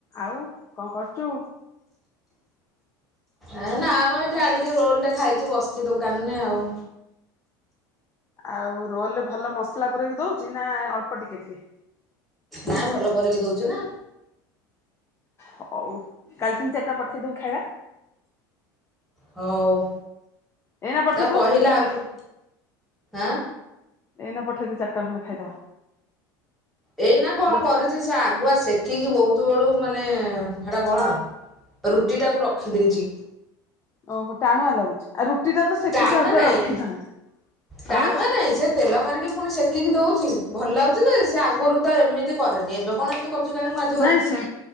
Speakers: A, on the left; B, in the centre.
A: ଆଉ କଣ କରଚୁ?
B: ଏଁ ନା ଆମ ଏଇଠି ଆଣିକି ରୋଲ ଟେ ଖାଇକି ବସିଛି ଦୋକାନରେ ଆଉ।
A: ଆଉ ରୋଲେ ଭଲ ମସଲା ପୁରେଇକି ଦଉଛି ନାଁ ଅଳ୍ପ ଟିକେ ଟିକେ।
B: ନାଇଁ ଭଲ କରିକି ଦଉଚି ନାଁ।
A: ହଉ କାଲି ତିନି ଚାରିଟା ପଠେଇଦବୁ ଖାଇବା।
B: ହଉ
A: ଏଇନା ପଠେଇ
B: ତା
A: ଦଉନୁ
B: କହିଲା
A: ମୁଁ ପଇସା
B: ଆଗ ଆଁ
A: ଏଇନା ପଠେଇଦେ ଚାରଟା ଖଣ୍ଡେ ଖାଇଦବା।
B: ଏଇନା କଣ
A: ଗୋ
B: କରିଛି ସେ ଆଗୁଆ ଶେଖିକି ବହୁତ ବେଳୁ ମାନେ ହେଟା କଣ ରୁଟି ଟାକୁ ରଖି ଦେଇଚି।
A: ଓହୋ ଟାଣୁଆ ଲାଗୁଚି ଆଉ ରୁଟିଟା ତ ସେଖିକି
B: ଟାଣୁଆ
A: ଆଗୁଆ
B: ନାଇଁ
A: ରଖିଥାନ୍ତେ
B: ଟାଣୁଆ
A: ଆଉ।
B: ନାଇଁ ସେ ତେଲ ମାରିକି ପୁଣି ସେକିକି ଦଉଚି ଭଲ ଲାଗୁଚି ଯେ ସେ ଆଗରୁ ତ ଏମିତି କରେନି ଏବେ କଣ ଏମିତି ଅଚୁ କିଆଣୀ ମୁଁ ଆଜ୍
A: ନାଇଁ ସେ